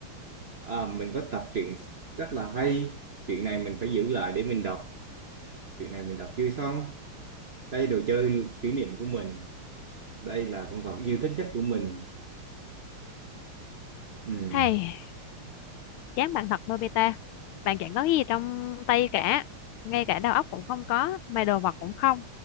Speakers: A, on the right (about 45°); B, on the left (about 80°).
A: À, mình có tập truyện rất là hay. Chuyện này mình phải giữ lại để mình đọc. Chuyện này mình đọc chưa xong. Đây đồ chơi kỷ niệm của mình. Đây là con vật yêu thích nhất của mình. Ừ.
B: hay chán bạn thật Nobita bạn chẳng có gì trong tay cả ngay cả đầu óc cũng không có mà đồ vật cũng không